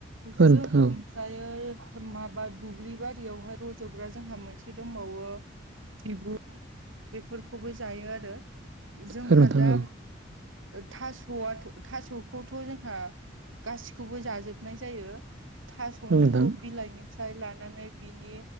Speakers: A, on the right; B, on the right.
A: जो
B: नोंथां औ
A: फ्रायो माबा दुब्लि बारियावहाय रज'ग्रा जोंहा मोनसे दंबावो। सिबुं बेफोरखौबो जायो आरो। जोंहा
B: औ नोंथां
A: दा
B: औ
A: थास'आ थास' खौथ' जोंहा गासिखौबो जाजोबनाय जायो थास'निखौ
B: औ नोंथां
A: बिलाइनि फ्राय लानानै बिनि